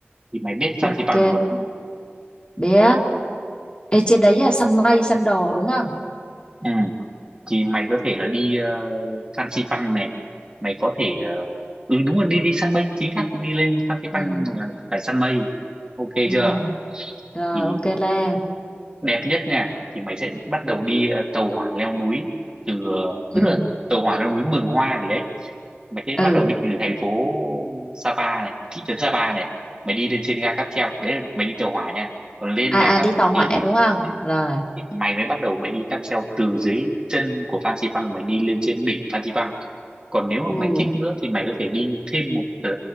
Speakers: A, on the right; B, on the left.
A: thì mày biết
B: ok
A: Phan Xipang rồi mà đúng không?
B: biết Ê, trên đấy là săn mây, săn đồ đúng không?
A: Ừ. thì mày có thể là đi ờ, Phan Xipang này mày có thể ờ, ừ đúng rồi đi đi săn mây chính xác đi lên Phan Xipang
B: Ừ,
A: mà phải săn mây ok
B: ừ,
A: chưa
B: rồi
A: thì
B: ok Lê.
A: đẹp nhất nha thì mày sẽ bắt đầu đi ờ, tàu hỏa leo núi từ ờ,
B: Ừ,
A: tức là tàu hỏa leo núi Mường Hoa gì đấy mày sẽ
B: ừ,
A: bắt đầu đi từ thành phố Sapa này thị trấn Sapa này mày đi lên trên ga cáp treo đấy là mày đi tàu hỏa nha còn lên
B: à,
A: ga
B: à
A: cáp
B: đi
A: treo
B: tàu hỏa
A: thì lúc
B: đúng không? Rồi,
A: thì mày mới bắt đầu mày đi cáp treo từ dưới chân của Phan Xipang mày đi lên trên đỉnh Phan Xipang còn nếu mà
B: ừ,
A: mày thích nữa thì mày có thể đi thêm một ờ,